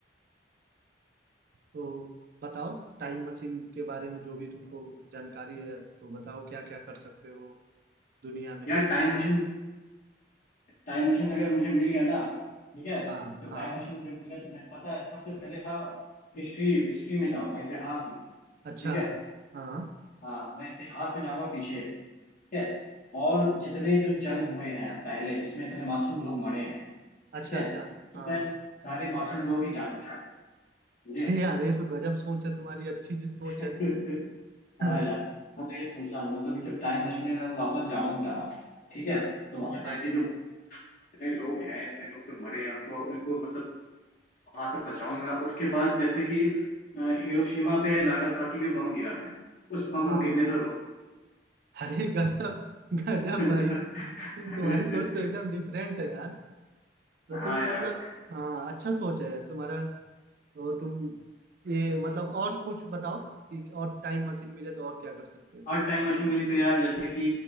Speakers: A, on the right; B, on the left.
A: तो बताओ टाइम मशीन के बारे में जो भी तुमको जानकारी है तो बताओ क्या क्या कर सकते हो दुनिया में
B: यार टाइम मशीन टाइम मशीन अगर मुझे मिल गया ना ठीक है
A: हाँ
B: तो
A: हाँ
B: टाइम मशीन मुझे मिल गया तो मैं पता है सबसे पहले हिस्ट्री हिस्ट्री में जाऊंगा इतिहास में ठीक
A: अच्छा
B: है
A: हाँ
B: हाँ मैं इतिहास में जाऊंगा पीछे ठीक है और जितने जो जंग हुए हैं पहले जिसमें इतने मासूम लोग मरे हैं
A: अच्छा
B: ठीक है
A: अच्छा
B: तो
A: हाँ
B: मैं सारे मासूम लोगों की जान बचाऊंगा मुझे
A: <laughs> हे यार ये तो गजब सोच है तुम्हारी अच्छी सी सोच
B: <laughs>
A: है <laughs>
B: हाँ
A: हाँ
B: यार मैं तो ये सोच रहा हूँ मतलब कि जब टाइम मशीन में मैं वापस जाऊंगा ठीक है तो वहां जाके
A: हाँ
B: जो इतने लोग हैं इतने लोग जो मरे हैं उनको उनको मतलब वहां से बचाऊंगा उसके बाद जैसे कि अ, हिरोशिमा पे नागासाकी पे बम गिरा था उस बम
A: हाँ
B: को गिरने से
A: अरे गजब गजब
B: रोकूंगा
A: भाई तुम-
B: <laughs>
A: तुम्हारी सोच तो एकदम डिफरेंट है यार तो
B: हाँ
A: तुम
B: यार
A: मतलब हाँ अच्छा सोच है यार तुम्हारा तो तुम ये मतलब और कुछ बताओ कि और टाइम मशीन मिले तो और क्या कर सकते हो
B: और टाइम मशीन मिली तो यार जैसे कि